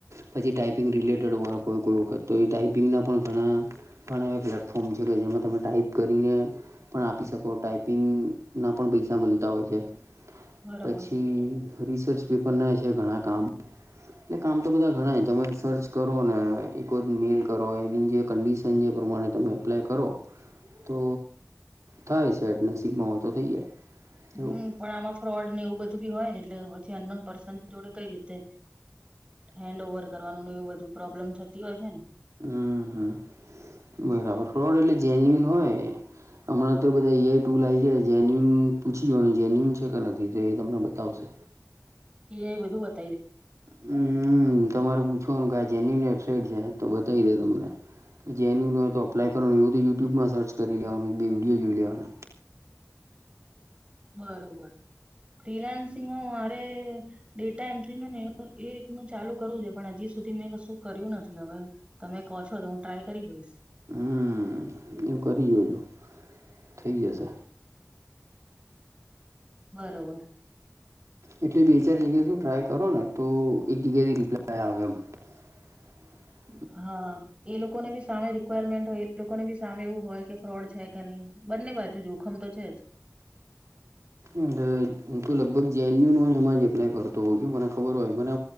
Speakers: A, on the right; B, on the right.
A: પછી ટાઈપિંગ રિલેટેડ વર્ક હોય કોઈ વખત તો એ ટાઈપિંગના પણ ઘણા ઘણા એવા પ્લેટફોર્મ છે કે જેમાં તમે ટાઈપ કરીને પણ આપી શકો ટાાઈપિંગના પણ પૈસા મળતા હોય છે
B: બરોબર.
A: પછી રિસર્ચ પેપર ના છે ઘણા કામ એટલે કામ તો બધા ઘણા જ તમે સર્ચ કરો ને એક જ મેલ કરો એની જે કંડિશન જે પ્રમાણે તમે એપ્લાય કરો તો થાય સેટ નસીબમાં હોય તો થઈ જાય. એવું
B: હમ પણ આમાં ફ્રોડ ને એવું બધું બી હોય ને એટલે પછી અનનોન પર્સન જોડે કઈ રીતે હેન્ડ ઓવર કરવાનું એવું બધું પ્રોબ્લેમ થતી હોય છે ને.
A: હમ હમ <unintelligible> એટલે જેન્યુન હોય હમણાં તો બધા ઈ આઈ ટૂલ આવી ગયા જેન્યુન પૂછ લઈએ જેન્યુન છે કે નથી તો એ તમને બતાવશે
B: <unintelligible>
A: હમ તમારે પૂછવાનું કે આ જેની વેબસાાઈટ છે તો બતાવી દે તમને <unintelligible> અપ્ય કરોનું એતો યુટ્યુબમાં સર્ચ કરીલેવાનું એક બે વિડીયો જોઈ લેવાનો
B: બરોબર રિલાયન્સ માં મારે ડેટા એન્ટ્રી ન ને એ રીતનું ચાલુ કરવું છે પણ હજી સુધી મેં કશું કર્યું નથી હવે તમે કહો છો તો હું ટ્રાય કરી જોઈશ.
A: હમ એવું કરી જોજો થઈ જશે
B: બરોબર
A: એટલે બે ચાર જગ્યાએ શું ટ્રાય કરો ને તો એક જગ્યાથી રિપ્લાય આવે એમ <inaudible>
B: હા એ લોકોને બી સામે રિક્વાયરમેન્ટ હોય એ લોકોને બી સામે એવું હોય કે ફ્રોડ છે કે નહી. બંની બાજુ જોખમ તો છે જ
A: એલે હું તો લગભગ <unintelligible> ન એમાં જ એપ્લાય કરતો હોઉ છું મને ખબર હોય મને